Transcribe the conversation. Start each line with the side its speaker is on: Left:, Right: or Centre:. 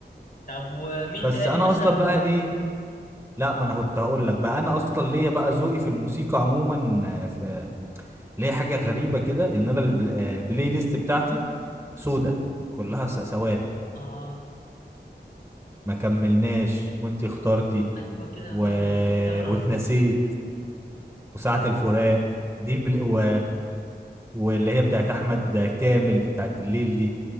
Left: طب ومين
Right: بس
Left: تاني
Right: انا
Left: مثلا
Right: اصلا بقى ايه لا ما انا كنت هقول لك بقى انا اصلا ليا بقى ذوقي في الموسيقى عموما آه، في ليا حاجه غريبه كده ان انا البل... آه، البلاي ليست بتاعتي سودة كلها س- سواد
Left: اه
Right: ما كملناش وانتي اخترتي
Left: ايوه كده يا
Right: و...
Left: راجل اديني في 8
Right: واتنسيت
Left: عاشور
Right: وساعة الفراق دي البل... و... واللي هي بتاعت احمد كامل بتاعت الليل دي